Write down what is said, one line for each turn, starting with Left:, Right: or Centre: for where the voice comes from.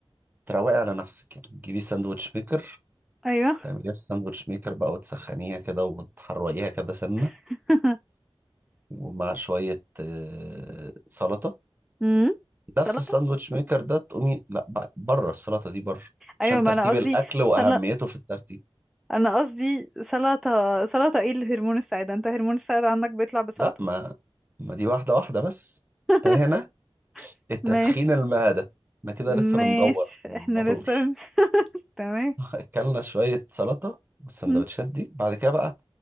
Right: تروقي على نفسك يعني تجيبي ساندوتش ميكر
Centre: ايوه
Right: تعمليها في ساندوتش ميكر بقى وتسخنيها كده وتحرقيها كده سنة
Centre: <laughs>
Right: ومع شوية آه، سلطة
Centre: امم
Right: نفس
Centre: سلطة
Right: الساندوتش ميكر ده تقومي لا بقى بره السلطة دي بره
Centre: ايوه
Right: عشان
Centre: ما
Right: ترتيب
Centre: انا قصدي
Right: الأكل وأهميته
Centre: سل...
Right: في الترتيب
Centre: انا قصدي سلطة سلطة ايه اللي هرمون السعادة انت هرمون السعادة عندك بيطلع بسلطة
Right: لا ما ما دي واحدة واحدة بس
Centre: <laughs>
Right: انت هنا التسخين
Centre: ماشي
Right: المعدة احنا كده
Centre: ماشي
Right: لسه بندور الموتور
Centre: احنا لسه <laughs> تمام
Right: <laughs> اكلنا شوية سلطة والسندوتشات
Centre: م.
Right: دي بعد كده بقى